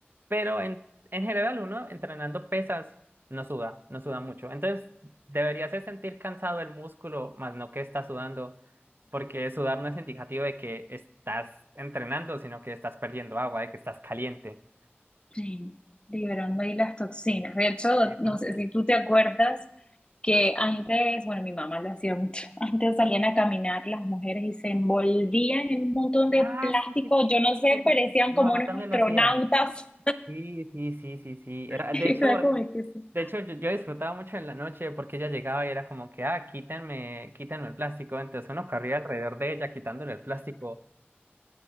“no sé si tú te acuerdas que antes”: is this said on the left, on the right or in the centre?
Left